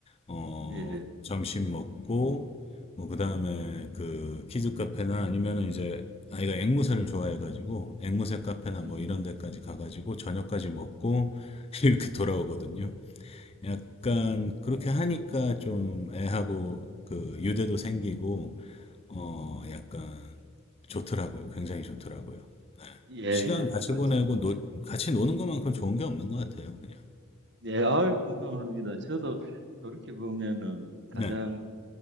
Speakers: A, on the left (about 25°); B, on the right (about 55°).
A: 어
B: 예.
A: 점심 먹고 뭐 그 다음에 그 키즈 카페나 아니면은 이제 아이가 앵무새를 좋아해가지고 앵무새 카페나
B: 음,
A: 뭐 이런 데까지 가가지고 저녁까지 먹고 <laughs> 이렇게 돌아오거든요. 약간 그렇게 하니까 좀 애하고 그 유대도 생기고 어 약간 좋더라고요. 굉장히 좋더라고요.
B: 예, 예.
A: 시간 같이
B: 아,
A: 보내고
B: 저도,
A: 노-
B: 저-
A: 같이 노는 것만큼 좋은 게 없는 것 같아요. 그냥.
B: 예, 아유, 공감합니다. 저도 그렇게 보면은 가장
A: 네,